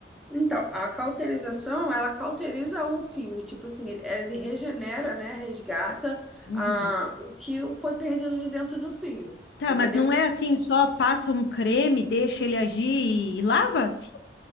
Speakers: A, in the centre; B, on the left.
A: Então, a cauterização, ela cauteriza o fio, tipo assim, ele, ele regenera, né, resgata
B: Uhum.
A: ah, o que foi perdido de dentro do fio,
B: Tá,
A: entendeu?
B: mas não é assim, só passa um creme, deixa ele agir e, e lava? Sim,